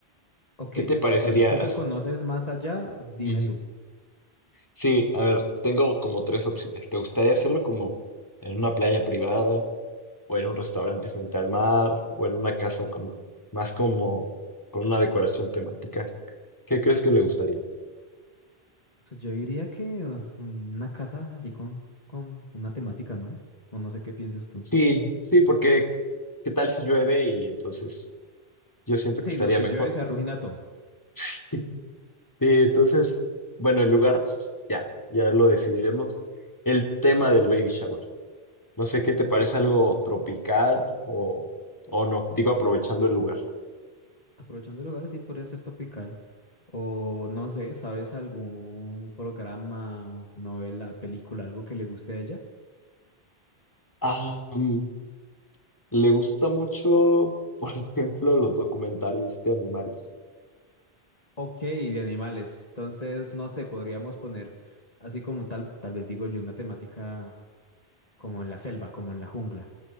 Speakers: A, on the left; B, on the left.
A: Ok,
B: ¿Qué te parecería?
A: bueno, tú
B: haz-
A: que conoces más allá, dime
B: Ujú.
A: tú.
B: Sí, a ver, tengo como tres opciones. ¿Te gustaría hacerlo como en una playa privada o en un restaurante frente al mar o en una casa como más como con una decoración temática? ¿Qué crees que le gustaría?
A: Pues yo diría que uh, una casa así con, con una temática, ¿no? O no sé qué piensas tú.
B: Sí, sí, porque ¿qué tal si llueve y entonces yo siento
A: Sí,
B: que estaría
A: no, si
B: mejor?
A: llueve se arruina todo.
B: <laughs> Sí, entonces, bueno, el lugar ya, ya lo decidiremos. El tema del baby shower. No sé, ¿qué te parece algo tropical o, o no? Digo, aprovechando el lugar.
A: Aprovechando el lugar, sí podría ser topical. O no sé, ¿sabes algún programa o novela, película, algo que le guste a ella?
B: Ah, mm, le gusta mucho, <laughs> por ejemplo, los documentales de animales.
A: Ok, de animales. Entonces, no sé, podríamos poner así como tal, tal vez digo yo, una temática como en la selva, como en la jungla.